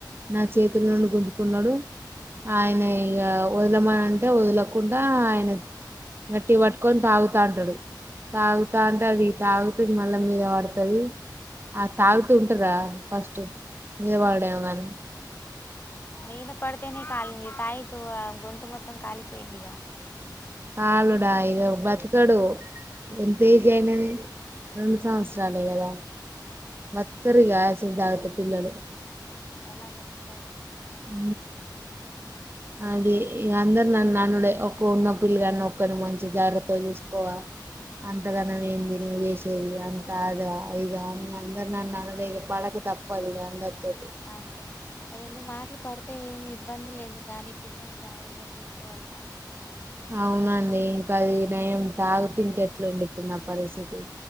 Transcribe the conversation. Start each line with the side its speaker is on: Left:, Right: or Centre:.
Right: నా చేతుల నుండి గుంజుకున్నాడు ఆయన ఇక వదలమంటే వదలకుండా ఆయన గట్టిగ వట్కొని తాగుతా అంటాడు తాగుతా అంటే అది తాగుతె మళ్ళ మీద పడుతది ఆ తాగుతూ ఉంటార ఫస్ట్ మీద వడుడేమ కాని
Left: మీద పడితేనే కాలీంది తాయితు ఆ గొంతు మొత్తం ఖాలిపోయిందిగా
Right: కాలుడా ఇగ బతుకడు ఎంత ఏజీ అయినది రెండు సంవత్సరాలే కదా బత్కరిగా ఆసీడ్ దగతె పిల్లలు
Left: ఎలా బతుకుతారు
Right: ఊ అది ఇక అందరు నన్ను ననుడే ఒక్క ఉన్న పిలకాని ఒక్కని మంచి జాగ్రత్త చూసుకోవా అంతగనం ఏంది నువ్ యష్ ఏది అంత అద ఇద ఇగ అందరు ననుడే పడక తప్పదు ఇగ అందరి తోటి
Left: అంతే రెండు మాటలు పడితే ఏమి ఇబ్బంది లేదు కానీ పిల్లల్ని జాగ్రత్తగా చూసుకోవాలిగా
Right: అవునండి ఇంకా అది నయం తాగుతి ఇంక ఎట్లుండిప్పుడు నా పరిస్థితి